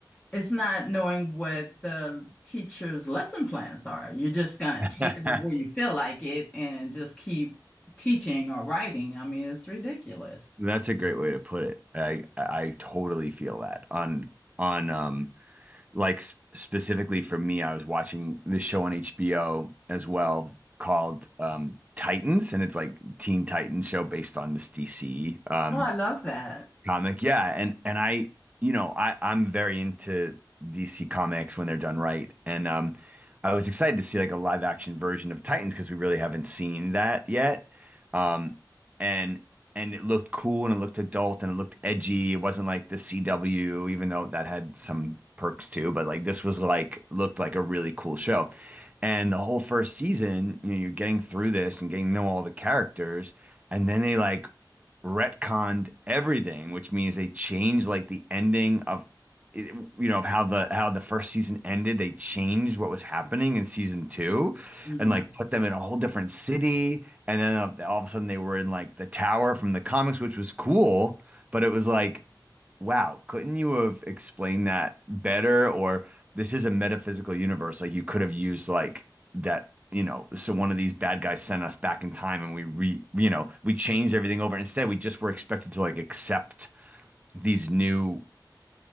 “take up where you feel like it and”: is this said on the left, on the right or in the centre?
Left